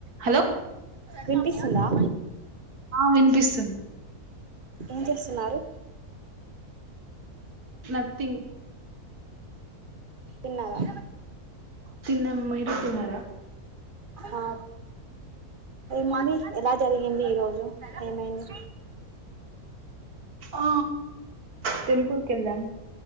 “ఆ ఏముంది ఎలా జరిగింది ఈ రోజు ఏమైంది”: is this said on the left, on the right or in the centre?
Right